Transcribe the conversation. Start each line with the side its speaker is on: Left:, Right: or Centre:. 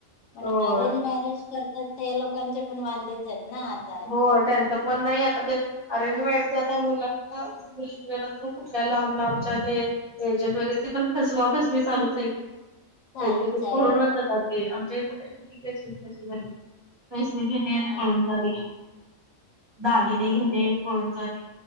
Left: पण
Right: होय
Left: अरेंज मॅरेज करतात, त्यां लोकांचे पण वांदे चं येत ना आता.
Right: हो, त्यांचं पण नाही, आता ते अरेंज मॅरेज च्या आता मुलांना मुली मिळेनात, कुठल्या लांब लांबच्या ते एजंट वगैरे ते पण फसवा फसवी चालूच ये,
Left: चालूच
Right: पैसे घेवून
Left: आहे
Right: पळूनच
Left: हो
Right: जातात. ते आमच्या इथं, तर किती केसेस तसे झालेत, पैसे घेणे आणि
Left: हा
Right: पळून जाणे. दागिने
Left: हा हा
Right: घेणे, अन पळून जाणे,